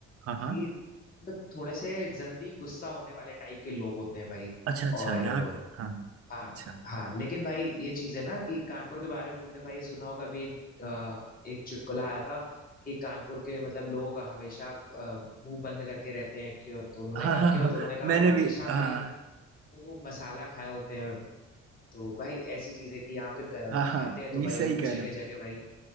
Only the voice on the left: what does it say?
कि मतलब थोड़े से जल्दी गुस्सा होने वाले टाइप के लोग होते हैं भाई
और
अ,
हाँ
हाँ लेकिन भाई ये चीज है ना कि कानपुर के बारे में तुमने भाई ये सुना होगा अभी एक अ, एक चुटकुला आया था कि कानपुर के मतलब लोग हमेशा अ, मुंह बंद करके रहते हैं क्यों तो उन्होंने
कहा
क्यों
तो उन्होंने कहा
वो हमेशा
भाई
तो वो मसाला खाए होते हैं तो भाई ऐसी चीज है कि यहाँ पे ग-
खाते हैं तो
भाई
लोग
जगह
जगह वही